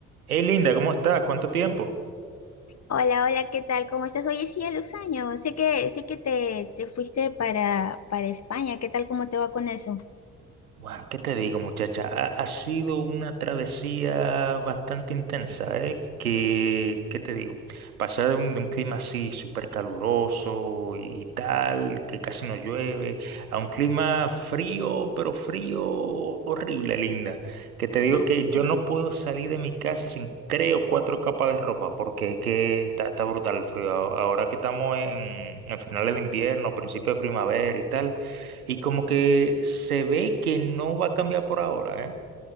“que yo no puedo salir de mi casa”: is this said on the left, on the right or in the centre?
Right